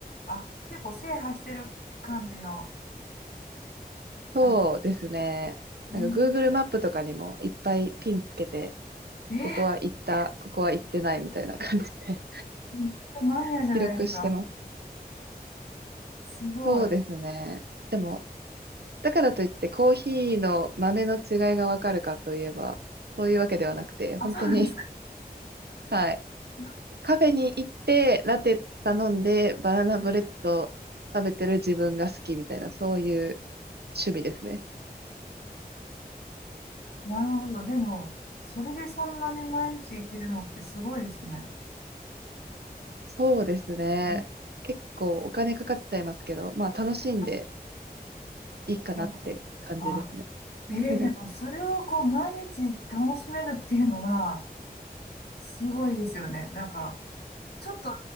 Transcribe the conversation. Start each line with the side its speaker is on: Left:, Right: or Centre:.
Left: あ、結構制覇してる感じの、
Right: そうですね。
Left: あれね。
Right: なんか Google マップとかにもいっぱいピンつけて、
Left: えー、
Right: ここは行った、ここは行ってないみたいな感じで
Left: めっちゃマニアじゃないですか。
Right: <laughs> 記録してます。
Left: すごい。
Right: そうですね。でもだからといってコーヒーの豆の違いがわかるかといえば、そういうわけではなくて、
Left: あ、
Right: 本当に、
Left: そうなんですか。
Right: <laughs> はい。
Left: <laughs>
Right: カフェに行って、ラテ頼んで、バナナブレッド食べてる自分が好きみたいな、そういう趣味ですね。
Left: なるほど。でも、それでそんなに毎日行けるのってすごいですね。
Right: そうですね。
Left: うん
Right: 結構お金かかっちゃいますけど、まあ楽しんで
Left: 確
Right: いいかなって感じですね。
Left: かにあ、
Right: <laughs>
Left: ええでもそれをこう毎日楽しめるっていうのがすごいですよね。なんか、ちょっと違